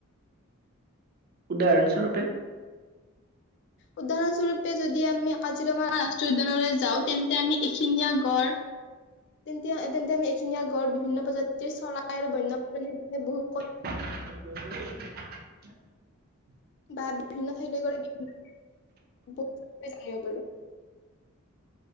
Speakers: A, on the right; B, on the left.
A: উদাহৰণস্বৰূপে?
B: উদাহৰণস্বৰূপে যদি আমি কাজিৰঙা ৰাষ্ট্ৰীয় উদ্যানলৈ যাওঁ, তেন্তে আমি কাজিৰঙাৰ এশিঙীয়া গড় তেন্তে য়া তেন্তে আমি এশিঙীয়া গড়, বিভিন্ন প্ৰজাতিৰ চৰাই আৰু বন্যপ্ৰাণীৰ বিষয়ে বহুত
A: কি কছ <unintelligible>
B: বা বিভিন্ন ঠাইলৈ গ'লে বিভিন্ন ধৰনৰ বহুত কথাই জানিব পাৰোঁ।